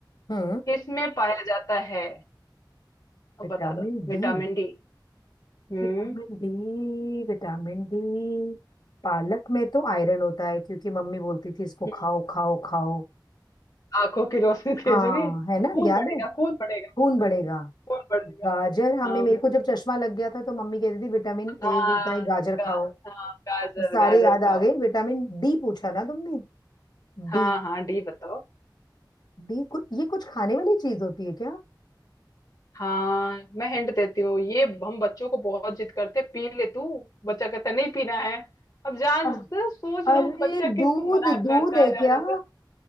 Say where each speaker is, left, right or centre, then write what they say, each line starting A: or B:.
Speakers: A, on the left; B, on the left.
A: हम्म
B: किस में पाया जाता है अब
A: Vitamin
B: बता दो Vitamin
A: D
B: D हम्म
A: Vitamin D vitamin D पालक में तो आयरन होता है क्योंकि मम्मी बोलती थी इसको
B: हम्म,
A: खाओ खाओ खाओ
B: आंखों की रोशनी तेज
A: हाँ
B: होगी
A: है ना
B: खून
A: याद
B: बढ़ेगा
A: है
B: खून बढ़ेगा खून
A: खून बढ़ेगा
B: खून बढ़ेगा
A: गाजर हमें
B: हाँ
A: मेरे को जब चश्मा लग गया था तो मम्मी कहती थी विटामिन
B: हाँ
A: ए होता है गाजर
B: गा-
A: खाओ
B: हाँ, गाजर
A: सारे
B: गाजर
A: याद
B: खाओ
A: आ गए विटामिन डी पूछा ना तुमने
B: हाँ
A: डी
B: हाँ डी बताओ
A: डी कुछ ये कुछ खाने वाली चीज होती है क्या
B: हाँ मैं हिंट देती हूँ ये हम बच्चों को बहुत जिद करते हैं, पी ले तू बच्चा कहता है, नहीं पीना है अब जान
A: अ-
B: तो सोच लो
A: अरे
B: बच्चा किसको
A: दूध
B: मना करता
A: दूध है
B: है ज्यादातर
A: क्या